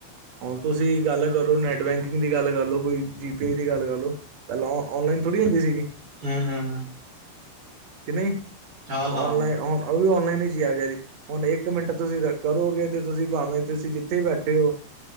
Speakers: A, on the right; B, on the right.
A: ਹੁਣ ਤੁਸੀਂ ਗੱਲ ਕਰੋ ਨੈੱਟ ਬੈਂਕਿੰਗ ਦੀ ਗੱਲ ਕਰ ਲੋ ਕੋਈ ਜੀ ਪੀ ਆਈ ਦੀ ਗੱਲ ਕਰ ਲਓ। ਪਹਿਲਾਂ ਔਨਲਾਈਨ ਥੋੜੀ ਹੁੰਦੀ ਸੀਗੀ।
B: ਹਾਂ ਹਾਂ।
A: ਕਿ ਨਹੀਂ
B: ਹਾਂ
A: ਹੁਣ ਔਨਲਾਈਨ
B: ਹਾਂ
A: ਹੁਣ ਉਹ ਵੀ ਔਨਲਾਈਨ ਹੀ ਜੀ ਆ ਗਿਆ ਜੀ। ਹੁਣ ਇੱਕ ਮਿੰਟ ਤੁਸੀਂ ਕਰੋਗੇ ਤੇ ਤੁਸੀਂ ਭਾਵੇਂ ਤੁਸੀਂ ਜਿੱਥੇ ਬੈਠੇ ਹੋ।